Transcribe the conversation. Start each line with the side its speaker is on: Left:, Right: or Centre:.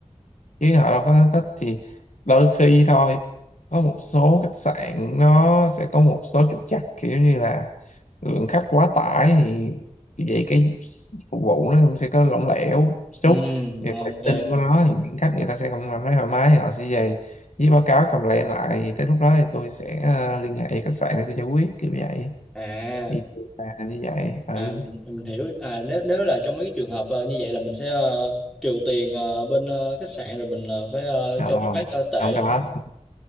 Left: chứ họ đâu có thích thì đôi khi thôi có một số khách sạn nó sẽ có một số trục trặc kiểu như là lượng khách quá tải thì thì vậy cái phục vụ nó cũng sẽ có lỏng lẻo chút
Centre: ừ,
Left: thì vệ
Centre: ok
Left: sinh của nó thì những khách người ta sẽ không cảm thấy thoải mái thì họ sẽ về với báo cáo complain lại thì tới lúc đó thì tôi sẽ ờ, liên hệ với khách sạn để tôi giải quyết kiểu vậy
Centre: à
Left: thì là như vậy ừ
Centre: à mình, mình hiểu à nếu nếu là trong mấy cái trường hợp ờ, như vậy là mình sẽ ờ, trừ tiền ờ, bên ờ, khách sạn rồi mình ờ, phải ờ,
Left: không
Centre: cho feedback
Left: không
Centre: ờ, tệ
Left: không
Centre: này
Left: có
Centre: nè.
Left: Ừ.